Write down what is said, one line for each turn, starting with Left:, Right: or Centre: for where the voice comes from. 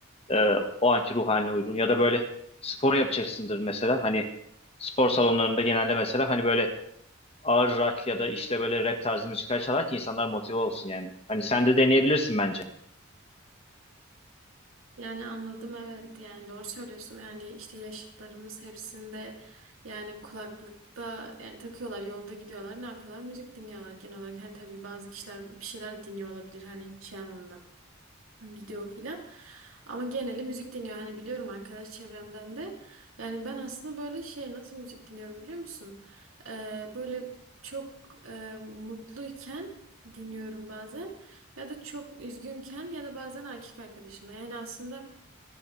Left: e, o anki ruh haline uygun. Ya da böyle spor yapacaksındır mesela. Hani spor salonlarında genelde mesela hani böyle ağır rock ya da işte böyle rap tarzı müzikler çalar ki insanlar motive olsun yani. Hani sen de deneyebilirsin bence.
Right: Yani anladım evet yani doğru söylüyorsun yani işte yaşıtlarımız hepsinde yani kulaklıkta yani takıyorlar yolda gidiyorlar ne yapıyorlar müzik dinliyorlar genel olarak hani tabii bazı kişiler bir şeyler dinliyor olabilir hani şey anlamında video filan ama geneli müzik dinliyor hani biliyorum arkadaş çevremden de yani ben aslında böyle şey nasıl müzik dinliyorum biliyor musun Ee, böyle çok e, mutluyken dinliyorum bazen ya da çok üzgünken ya da bazen erkek arkadaşımla yani aslında